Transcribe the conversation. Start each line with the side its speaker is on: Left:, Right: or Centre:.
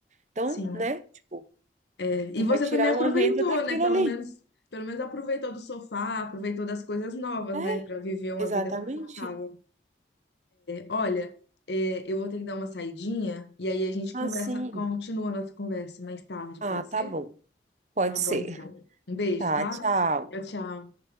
Right: Então,
Left: sim.
Right: né? Tipo,
Left: É.
Right: tu
Left: E você
Right: vai tirar
Left: também aproveitou,
Right: uma renda daquilo
Left: né? Pelo
Right: ali.
Left: menos, pelo menos aproveitou do sofá, aproveitou das coisas novas, né?
Right: É,
Left: Pra viver uma
Right: exatamente.
Left: vida confortável. Olha, é, eu vou ter que dar uma saidinha e aí a gente
Right: Assim.
Left: conversa, continua a nossa conversa mais tarde,
Right: Ah,
Left: pode
Right: tá
Left: ser?
Right: bom. Pode
Left: Tá bom,
Right: ser.
Left: então. Um beijo,
Right: Tá,
Left: tá?
Right: tchau.
Left: Tchau, tchau.